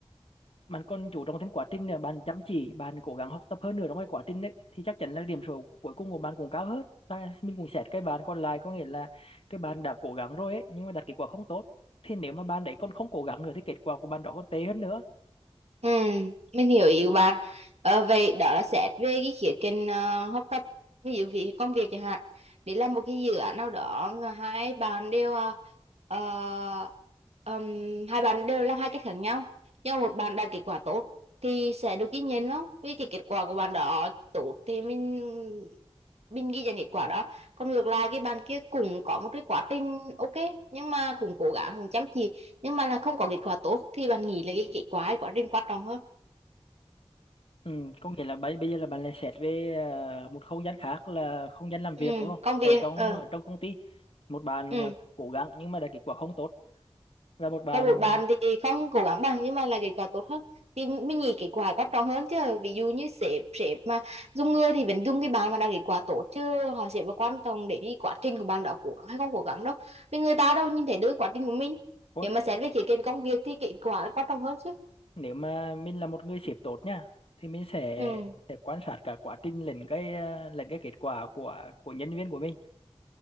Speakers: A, on the left; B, on the right.
A: bạn còn chú trọng thêm quá trình nữa bạn chăm chỉ bạn cố gắng học tập hơn nữa trong cái quá trình đấy thì chắc chắn là điểm số cuối cùng của bạn cũng cao hơn và mình cũng xét cái bạn còn lại có nghĩa là cái bạn đã cố gắng rồi ấy nhưng mà đạt kết quả không tốt thì nếu mà bạn đấy còn không cố gắng nữa thì kết quả của bạn đó còn tệ hơn nữa
B: Ừ, mình hiểu ý của bạn. Ờ, vậy đó là xét về cái khía cạnh ờ, học tập, ví dụ vì công việc chẳng hạn. Để làm một cái dự án nào đó và hai bạn đều ờ, ờ, ừm, hai bạn đều làm hai cách khác nhau. Nhưng một bạn đạt kết quả tốt thì sẽ được ghi nhận không? Vì cái kết quả của bạn đó tốt thì mình mình ghi nhận kết quả đó. Còn ngược lại cái bạn kia cũng có một cái quá trình ok nhưng mà cũng cố gắng cũng chăm chỉ nhưng mà là không có kết quả tốt thì bạn nghĩ là cái kết quả cái quá trình quan trọng hơn
A: Ừ, có nghĩa là bây bây giờ là bạn lại xét về à, một không gian khác là không gian làm
B: ừ
A: việc đúng không?
B: công
A: Ở
B: việc
A: trong
B: ờ
A: ở trong công ty một bạn
B: ừ
A: à, cố gắng nhưng mà đã kết quả không tốt và một bạn
B: còn một bạn thì không cố gắng bằng nhưng mà là kết quả tốt hơn thì mình nghĩ kết quả quan trọng hơn chứ ví dụ như sếp sếp mà dùng người thì vẫn dùng cái bạn mà đạt kết quả tốt chứ họ sẽ vào quan trọng để đi quá trình của bạn đã cố gắng hay không cố gắng đâu vì người ta đâu nhìn thấy được quá trình của mình
A: Ủa,
B: nếu mà xét về khía cạnh công việc thì kết quả là quan trọng hơn chứ
A: nếu mà mình là một người sếp tốt nha thì mình sẽ
B: ừ.
A: sẽ quan sát cả quá trình lẫn cái à, lẫn cái kết quả của của nhân viên của mình.